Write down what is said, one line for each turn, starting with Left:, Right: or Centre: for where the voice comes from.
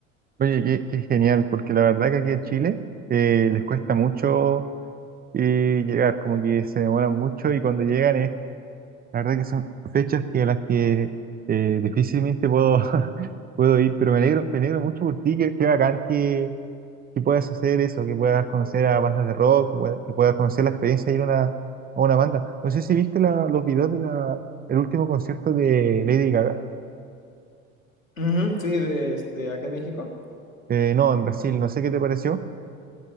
Right: Oye, qué, qué genial, porque la verdad que aquí en Chile eh, les cuesta mucho. y llegar, como que se demoran mucho y cuando llegan es, la verdad que son fechas que a las que eh, difícilmente puedo, <laughs> puedo ir, pero me alegro, me alegro mucho por ti, qué, qué bacán que, que puedas hacer eso, que puedas conocer a bandas de rock, que puedas, que puedas conocer la experiencia de ir a una, a una banda. No sé si viste la- los videos de la, el último concierto de Lady Gaga,
Left: Ujú, sí, de, este, acá en México.
Right: eh, no, en Brasil, no sé qué te pareció.